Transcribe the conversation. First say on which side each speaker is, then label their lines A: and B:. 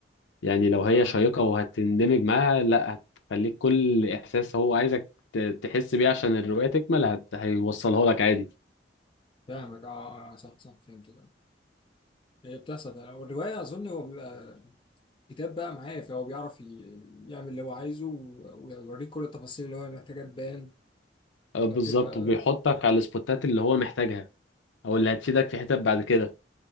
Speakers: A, on the left; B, on the left.
A: يعني لو هي
B: اه
A: شيقة وهتندمج معاها لا هتخليك كل إحساس هو عايزك ت- تحس بيه عشان الرواية تكمل هت... هيوصلها لك عادي
B: فاهمك اه آه، صح صح فهمت هي بتحصل فعلا والروايه اظن هو بيبقى كتاب بقى معاه فهو بيعرف ي- يعمل اللي هو عايزه و- ويوريك كل التفاصيل اللي هو محتاجها تبان
A: آه، بالظبط
B: فبتبقى
A: وبيحطك على السبوتات اللي هو محتاجها أو اللي هتفيدك في حتت بعد كده